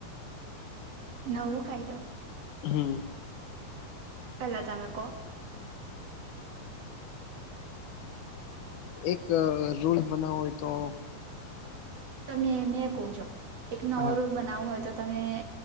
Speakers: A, on the right; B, on the left.
A: નવો કાયદો
B: હમ
A: પેલા તમે કહો
B: એક રૂલ બનાવું હોય તો
A: તમને મેં કહુ જો એક નવો
B: હા
A: રુલ બનાવો ના હોય તો તમે